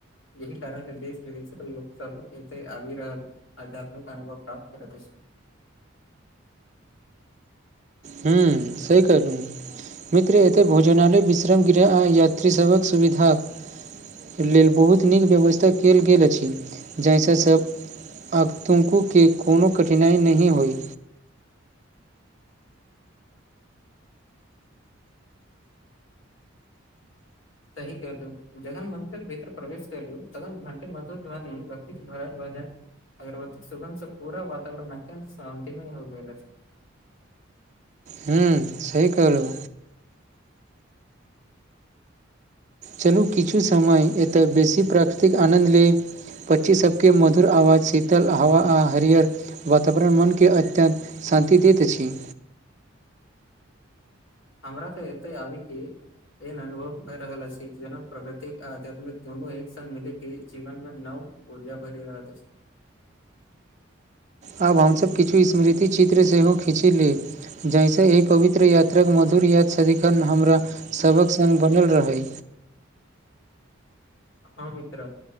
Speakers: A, on the left (about 65°); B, on the right (about 35°).
A: एही कारण देश विदेश लोक सब एते आबि रहल अध्यात्मिक अनुभव प्राप्त करे कैसे
B: हूँ सही कहलौ मित्र एते भोजनाालय विश्राम गृह आ यात्री सभक सुविधा लेल बहुत नीक व्यवस्था कयल गेल अछि जाहिसँ सभ आतुंकूके कोनो कठिनाइ नहि होइ
A: सही कहतौ जगन मंन भर प्रवेश करल तन घट मध ध भ भ <unintelligible> अगरबत्ती सुगन्ध सँ पूरा वातावरण अत्यन्त शान्तिमय होग गेलै
B: हूँ सही कहलौ चलू किछु समय एतय बेसी प्राकृतिक आनन्द ले पक्षी सभ केँ मधुर आवाज शीतल हवा आ हरीहर वातावरण मनके अत्यन्त शान्ति दैत अछि
A: हमरा तऽ एते आबि केँ एहन अनुभव भय रहल अछि जेना प्रकृतिक आ आध्यात्मिक दुनू एक संग मिले के जीवन मे नव ऊर्जा भरि रह <unintelligible>
B: आब हमसभ किछु स्मृति चित्र सेहो खीची ली जाहिसँ एहि पवित्र यात्राक मधुर याद सदिखन हमरा सभक सग बनल रहै
A: हँ मित्र